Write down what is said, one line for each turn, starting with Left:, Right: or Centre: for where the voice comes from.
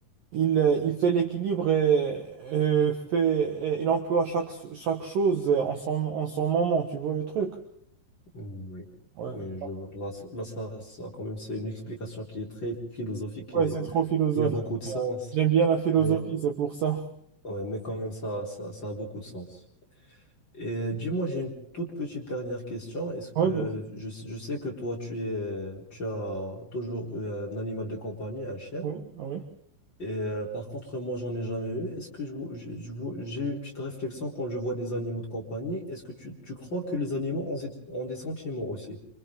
Right: il, euh, il fait l'équilibre et, euh, fait et il emploie chaque chaque chose en son en son moment. Tu vois le truc?
Left: Oui.
Right: Ouais.
Left: Oui, je, là, c- là, ça, ça, quand même, c'est une explication qui est très philosophique
Right: Ouais,
Left: et
Right: c'est trop philosophique.
Left: qui a beaucoup de sens,
Right: J'aime bien la philosophie,
Left: mais,
Right: c'est pour ça.
Left: ouais, mais quand même, ça, ça, ça a beaucoup de sens. Et euh, dis-moi, j'ai une toute petite dernière question. Est-ce que
Right: Ouais, vas-y.
Left: je, je sais que toi, tu es, tu as toujours eu un animal de compagnie, un chien.
Right: Ouais, ouais.
Left: Et euh, par contre, moi, j'en ai jamais eu. Est-ce que je, vois- je- je vois- j'ai une petite réflexion quand je vois des animaux de compagnie. Est-ce que tu, tu crois que les animaux ont, des- ont des sentiments aussi?